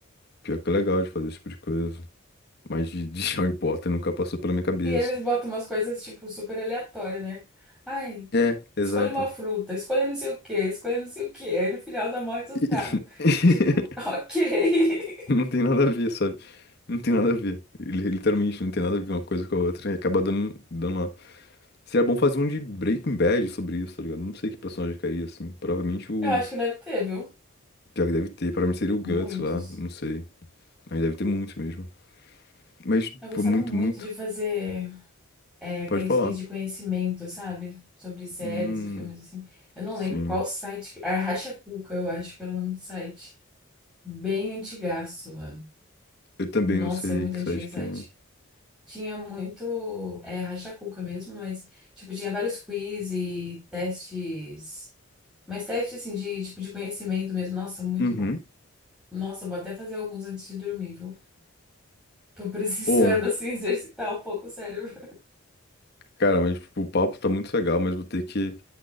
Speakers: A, on the left; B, in the centre.
A: Pior que é legal de fazer esse tipo de coisa. Mas de, de Harry Potter nunca passou pela minha cabeça.
B: E eles botam umas coisas, tipo, super aleatórias, né? Ai,
A: É, exato.
B: escolha uma fruta, escolha não sei o que escolha não sei o que Aí no final dá maior resultado.
A: <laughs>
B: Tipo, <laughs> ok.
A: Não tem nada a ver, sabe? Não tem nada a ver. Ele- Literalmente não tem nada a ver uma coisa com a outra e acaba dando, dando lá. Seria bom fazer um de Breaking Bad sobre isso, tá ligado? Não sei que personagem cairia assim. Provavelmente o.
B: Eu acho que deve ter, viu?
A: Pior que deve ter. Provavelmente seria o Guts
B: Muitos.
A: lá. Não sei. Mas deve ter muitos mesmo. Mas, pô,
B: Eu gostava
A: muito,
B: muito
A: muito.
B: de fazer é, aqueles
A: Pode falar.
B: quiz de conhecimento, sabe? Sobre séries
A: Hum,
B: e filmes, assim. Eu não
A: sim.
B: lembro qual site. que- Era Cuca, eu acho que era o nome do site. Bem antigaço, mano.
A: Eu também
B: Nossa,
A: não sei
B: é muito
A: que
B: antigo
A: site
B: esse
A: que
B: site.
A: é.
B: Tinha muito. É Racha Cuca mesmo, mas, tipo, tinha vários quiz e testes. Mas testes, assim, de tipo de conhecimento mesmo. Nossa, muito
A: Uhum.
B: bom. Nossa, eu vou até fazer alguns antes de dormir, viu? Tô precisando,
A: Ô,
B: assim, <laughs> exercitar um pouco o cérebro.
A: cara, mas tipo, o papo tá muito legal, mas vou ter que